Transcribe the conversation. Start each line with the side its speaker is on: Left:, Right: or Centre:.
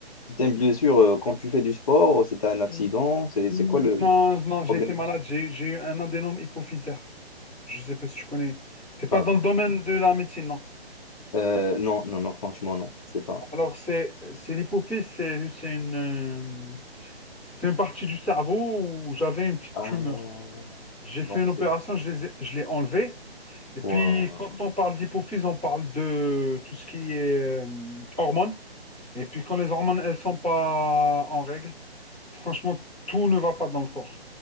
Left: C'était une blessure euh, quand tu fais du sport, c'était un accident,
Centre: Hmm,
Left: c'est c'est quoi le le
Centre: Non, non, j'ai
Left: problème?
Centre: été malade, j'ai j'ai eu un adénome hypophysaire. Je sais pas si tu connais. T'es pas
Left: Paf.
Centre: dans le domaine de la médecine, non.
Left: Euh, non, non, non, franchement, non. C'est pas.
Centre: Alors, c'est c'est l'hypophyse, c'est c'est une, euh, c'est une partie du cerveau où j'avais une petite
Left: Ah,
Centre: tumeur. J'ai
Left: donc
Centre: fait une
Left: c'est.
Centre: opération, je les ai- je l'ai enlevée. Et puis,
Left: Waouh.
Centre: quand on parle d'hypophyse, on parle de tout ce qui est euh, hormones. Et puis, quand les hormones, elles sont pas en règle, franchement, tout ne va pas dans le corps.